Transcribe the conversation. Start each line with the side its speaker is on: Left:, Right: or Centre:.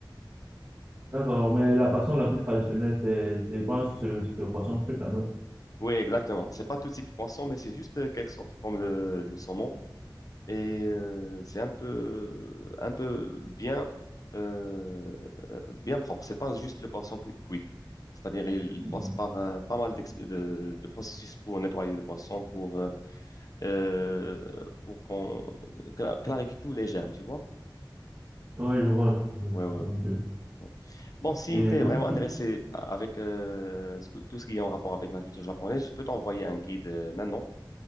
Right: D'accord, mais la façon la plus traditionnelle, c'est, c'est- je pense que c'est le, c'est le poisson cru quand même.
Left: Oui, exactement. C'est pas tout type de poisson, mais c'est juste euh, quelque sorte comme le, le saumon. Et euh, c'est un peu, un peu bien, euh, bien propre. C'est pas juste le poisson cu- cuit. C'est-à-dire, il
Right: Mhm.
Left: passe par euh, pas mal d'ex- de, de processus pour nettoyer le poisson, pour euh, euh, pour qu'on cla- clarifie tous les germes, tu vois?
Right: Oui, je vois un peu,
Left: Ouais, ouais.
Right: je vois un peu.
Left: ouais. Bon, si
Right: Et
Left: tu es
Right: vu
Left: vraiment
Right: que tu...
Left: intéressé avec euh, ce que- tout ce qui est en rapport avec la culture japonaise, je peux t'envoyer un guide euh, maintenant.